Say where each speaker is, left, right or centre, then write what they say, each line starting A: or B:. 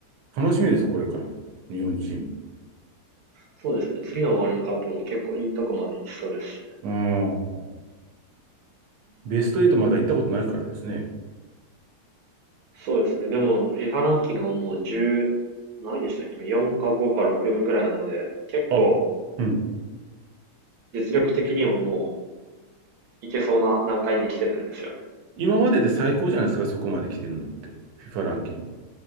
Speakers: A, on the right (about 85°); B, on the right (about 70°).
A: 楽しみですよ、これから日本チーム。
B: そうですね。次のワールドカップも結構いいとこまで行きそうですしね。
A: うん、ベスト8まだ行ったことないからですね。
B: そうですね。でも、FIFA ランキングももう10、何位でしたっけ ?4 か5か6ぐらいなので、結構
A: あ、うん。
B: 実力的にももう
A: え、
B: いけそうな段階に来てるんですよね。
A: 今までで最高じゃないですか、そこまで来てるのって。FIFA ランキン